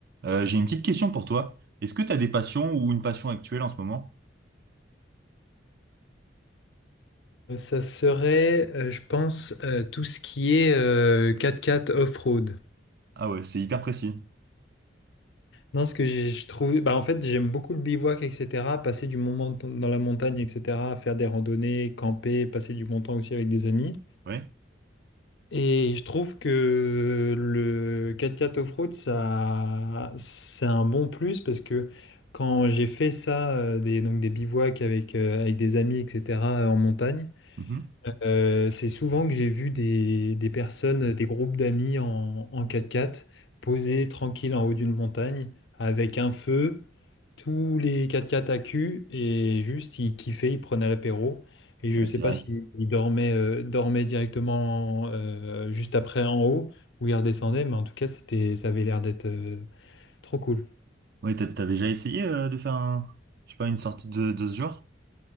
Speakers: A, on the right (about 60°); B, on the left (about 70°).
A: Euh, j'ai une petite question pour toi. Est-ce que tu as des passions ou une passion actuelle en ce moment?
B: Euh, Ça serait, euh, je pense, euh, tout ce qui est euh, quatre x off-road.
A: Ah ouais, c'est hyper précis.
B: Non, ce que j'ai- je trouve, bah, en fait, j'aime beaucoup le bivouac, etc. Passer du moment t- dans la montagne, etc. Faire des randonnées, camper, passer du bon temps aussi avec des amis.
A: Oui.
B: Et je trouve que le quatre-quatre off-road, ça, c'est un bon plus parce que quand j'ai fait ça, euh, des, donc des bivouacs avec, euh, avec des amis, etc., en montagne,
A: Mhm.
B: Euh, c'est souvent que j'ai vu des, des personnes, des groupes d'amis en, en 4x4 posés tranquilles en haut d'une montagne avec un feu, tous les 4x4 à cul et juste ils kiffaient, ils prenaient l'apéro. Et je
A: Ouais,
B: ne sais
A: c'est
B: pas
A: vrai.
B: s'ils
A: que c'est-
B: dormaient, euh, dormaient directement euh, juste après en haut ou ils redescendaient, mais en tout cas c'était, ça avait l'air d'être euh, trop cool.
A: Ouais, t'as, t'as déjà essayé euh, de faire un, je sais pas, une sortie de, de ce genre?